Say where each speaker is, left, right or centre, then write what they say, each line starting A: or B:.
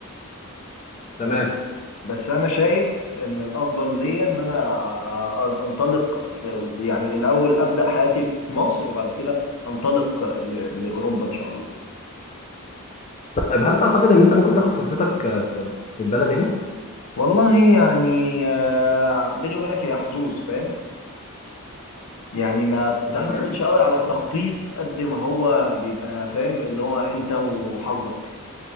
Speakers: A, on the left (about 30°); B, on the left (about 80°).
A: تمام
B: فاهم بس انا شايف ان الافضل ليا ان انا أ- أ- انطلق في يعني الاول ابدا حياتي في مصر وبعد كده انطلق ل... لاوروبا ان شاء الله
A: طيب هل تعتقد ان انت ممكن تاخد فرصتك آه، في البلد هنا
B: والله يعني آه، بيني وبينك هي حظوظ فاهم يعني ما بتعتمدش
A: انا معاك
B: قوي على التخطيط قد ما هو بيبقى فاهم اللي هو انت وحظك